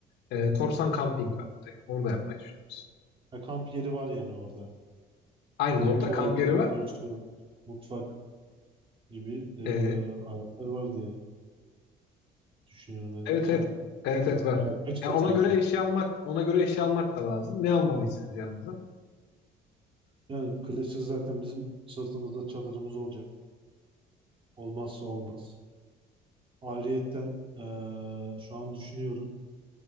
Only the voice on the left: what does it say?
e, Korsan Camping var. Orada yapmayı düşünüyoruz.
Aynen
orada
kamp yeri
var.
E,
Evet
evet. Evet evet var.
Yani ona
göre eşya almak ona göre eşya almak da lazım. Ne almalıyız sence yanımıza?